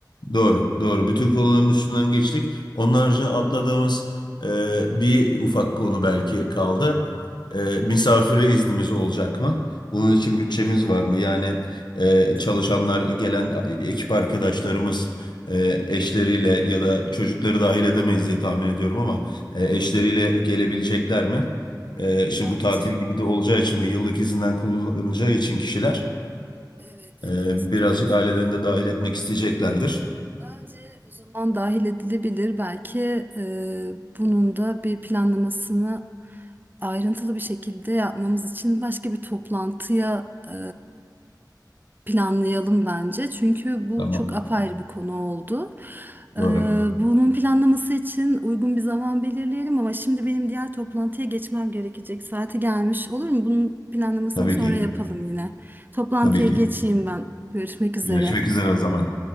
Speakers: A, on the left; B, on the right.
A: Doğru, doğru. Bütün konuların üstünden geçtik. Onun haricinde atladığımız e, bir ufak konu belki kaldı. E, misafire iznimiz olacak mı? Bunun için bütçemiz var mı? Yani e,
B: Evet.
A: çalışanlar, gelen ekip arkadaşlarımız e, eşleriyle ya da çocukları dahil edemeyiz diye tahmin ediyorum ama e, eşleriyle gelebilecekler mi? E, şimdi
B: Bence
A: bu tatil gibi de olacağı için ve yıllık izinden kullanacağı için kişiler
B: evet evet
A: e, birazcık
B: doğru.
A: ailelerini de dahil etmek isteyeceklerdir.
B: Bence o zaman dahil edilebilir. Belki e, bunun da bir planlamasını ayrıntılı bir şekilde yapmamız için başka bir toplantıya e, planlayalım bence. Çünkü bu
A: Tamam.
B: çok apayrı bir konu oldu. E,
A: Doğru.
B: bunun planlaması için uygun bir zaman belirleyelim ama şimdi benim diğer toplantıya geçmem gerekecek. Saati gelmiş olur mu? Bunun planlamasını
A: Tabii
B: sonra
A: ki.
B: yapalım yine. Toplantıya
A: Tabii ki.
B: geçeyim ben. Görüşmek üzere.
A: Görüşmek üzere o zaman.